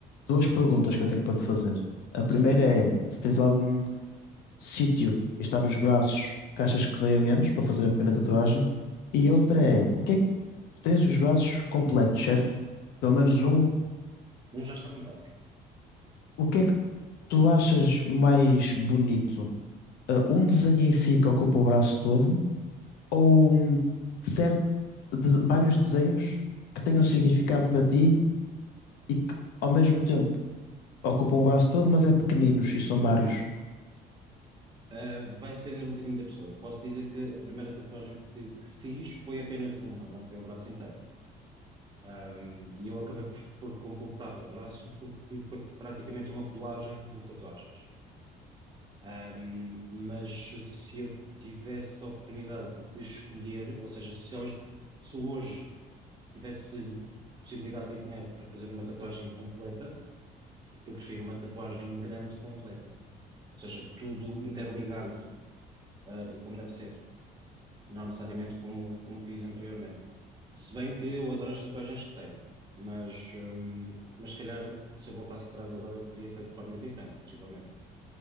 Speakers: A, on the left; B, on the right.
A: duas perguntas que eu tenho para te fazer. A primeira
B: sim.
A: é se tens algum sítio que está nos braços que achas que doia menos para fazer a primeira tatuagem. E outra é, o que é que tu tens os braços completos, certo? Pelo menos um,
B: Um já está completo, sim.
A: o que é que tu achas mais bonito? ah, um desenho em si que ocupa o braço todo ou hum, certo, de- vários desenhos que tenham significado para ti e que ao mesmo tempo ocupam o braço todo, mas é pequeninos e são vários.
B: Uh, vai depender um bocadinho da pessoa. Eu posso dizer que a primeira tatuagem que, que fiz foi apenas uma, não foi o braço inteiro. Um, e eu acabei por, por completar o braço porque foi praticamente uma colagem de tatuagens. Um, mas se eu tivesse a oportunidade de escolher, ou seja, se hoje, se hoje tivesse possibilidade e dinheiro para fazer uma tatuagem completa, eu prefiro uma tatuagem grande completa, ou seja, tudo interligado, ah, e como deve ser. não necessariamente como, como fiz anteriormente. Se bem que eu adoro as tatuagens que tenho, mas, hum, mas se calhar se eu voltasse atrás agora teria feito de forma diferente, possivelmente.